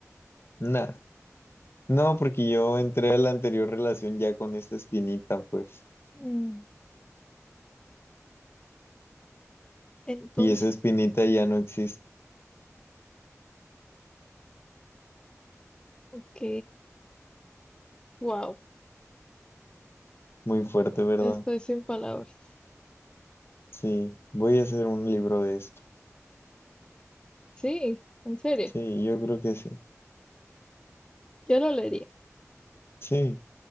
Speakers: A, on the left; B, on the left.
A: Nada. No, porque yo entré a la anterior relación ya con esta espinita, pues.
B: Mm, Entonces,
A: Y esa espinita ya no existe.
B: ok. Wow.
A: Muy fuerte, ¿verdad?
B: Estoy sin palabras.
A: Sí, voy a hacer un libro de esto.
B: Sí, en serio.
A: Sí, yo creo que sí.
B: Yo lo leería.
A: Sí,